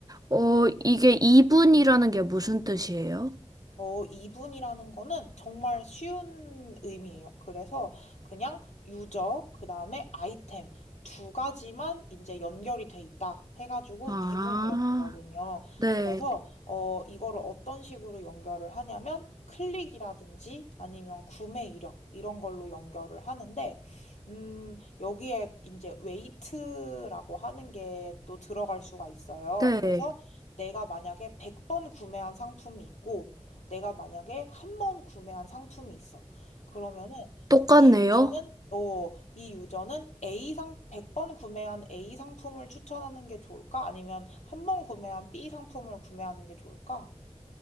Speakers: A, on the right; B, on the left.
A: 어, 이게 이분이라는 게 무슨 뜻이에요?
B: 어, 이분이라는 거는 정말 쉬운 의미예요. 그래서 그냥 유저, 그 다음에 아이템 두 가지만 이제 연결이 돼 있다 해가지고
A: 아,
B: 이분 그래프거든요.
A: 네.
B: 그래서 네. 어, 이거를 어떤 식으로 연결을 하냐면 클릭이라든지 아니면 구매 이력 이런 걸로 연결을 하는데 음, 여기에 이제 웨이트라고 하는 게 또 들어갈 수가 있어요.
A: 네.
B: 그래서 내가 만약에 100번 구매한 상품이 있고 내가 만약에 한 번 구매한 상품이 있어. 그러면은
A: 똑같네요.
B: 이 유저는 어, 이 유저는 A 상 100번 구매한 A 상품을 추천하는 게 좋을까? 아니면 한 번 구매한 B 상품을 구매하는 게 좋을까?